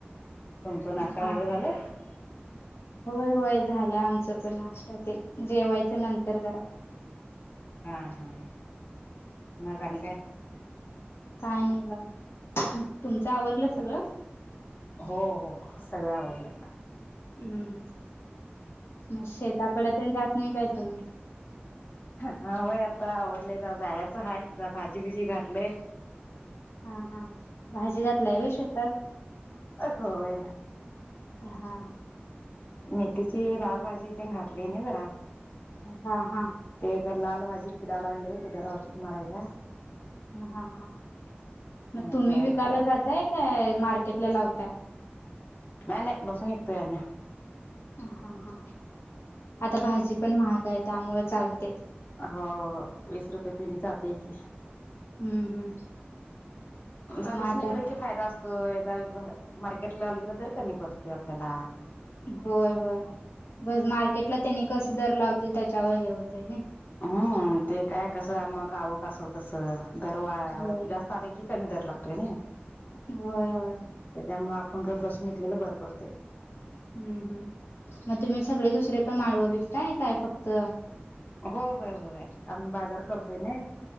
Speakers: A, on the left; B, on the left.
A: तुमचं नाश्ता
B: हा
A: वगैरे झालं
B: हा. होय होय झालं आमचं पण नाष्ट्ता तेन जेवायचं नंतर जरा.
A: हा हा मग आणि काय?
B: काय नाही बघा तुमचं आवरलं सगळं?
A: हो हो सगळं आवरलं.
B: हम्म मग शेताकडे तेन जात नाही काय तुम्ही?
A: हा होय आता आवरलंय तर जायचं हाय जर भाजीबिजी घातलय.
B: हा हा भाजी घातला आहे वे शेतात.
A: ओ होय.
B: हा हा.
A: मेथीची लार भाजी तेन घातली नाही जरा.
B: हा हा.
A: ते जर लाल माजी किडा लागलेय ते घरा औषिद मारायचा.
B: हा हा मग
A: म्हणून
B: तुम्ही
A: जायचं
B: विकायला जाताय काय मार्केटला लावता?
A: नाही नाही बसून विकतोय आम्ही.
B: हा हा आता भाजी पण महाग आहे त्यामुळे चालते.
A: हो हो वीस रुपये पिंडी जातय की.
B: हम्म हम्म
A: जापासून
B: मग आता
A: इकडे कि फायदा अस तोय जा वी अ मार्केटला आलो कि दर कमी बसतोय आपल्याला.
B: होय होय बघ मार्केटला त्यांनी कस दर लावतील त्याच्यावर हे होतय ने.
A: हम्म ते काय कसं मग आवक असेल तसं दरवा
B: हो.
A: जास्त आले की कमी दर लागतोय नी.
B: होय होय.
A: त्याच्यामुळे आपण गप बसून विकलेलं बरं पडतंय.
B: हम्म हम्म मग तुम्ही सगळे दुसरे पण माळव विकताय काय फक्त?
A: हो होय होय आम्ही बाजार करतोय ने.